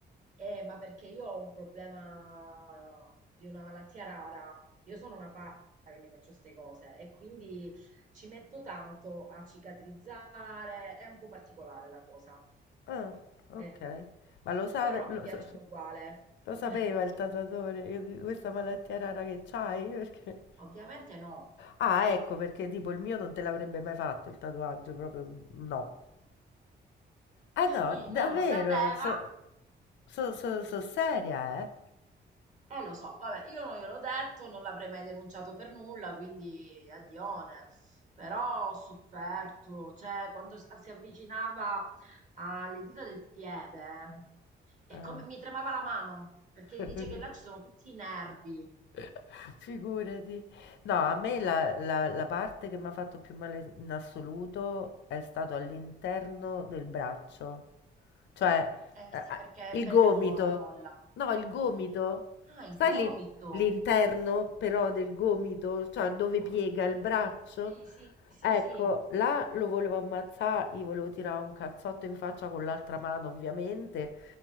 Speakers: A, on the right; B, on the left.
A: Eh, ma perché io ho un problema di una malattia rara. Io sono una pazza che mi faccio queste cose e quindi ci metto tanto a cicatrizzare. È un po' particolare la cosa.
B: Ah, ok.
A: Eh,
B: Ma lo, sa-
A: però
B: lo
A: mi piacciono
B: sa- <laughs>
A: uguale.
B: lo sapeva
A: <laughs>
B: il tatuatore che- questa malattia rara che c'hai? <laughs> Perché...
A: Ovviamente no.
B: Ah, ecco, perché tipo il mio non te l'avrebbe mai fatto il tatuaggio, proprio no. Eh no,
A: I-
B: davvero,
A: Non lo sapeva.
B: so, so, so- so seria, eh.
A: Eh, lo so, vabbè, io non gliel'ho detto, non l'avrei mai denunciato per nulla, quindi addione. Però ho sofferto, cioè quando s- si avvicinava alle dita del piede, e
B: Eh.
A: come mi tremava la mano, perché
B: <laughs>
A: dice che là ci sono tutti i nervi,
B: <laughs> Figurati. No, a me
A: però.
B: la, la- la parte che mi ha fatto più male in assoluto è stato all'interno del braccio, cioè
A: Eh
B: eh,
A: sì,
B: ah,
A: perché
B: il
A: è pelle
B: gomito.
A: mo- molla.
B: No, il gomito.
A: Ah, il
B: Sai
A: gomito.
B: l'in- l'interno però del gomito, cioè dove
A: Oddio.
B: piega il braccio?
A: Sì, sì, sì,
B: Ecco,
A: sì.
B: là lo volevo ammazzare, gli volevo tirare un cazzotto in faccia con l'altra mano, ovviamente,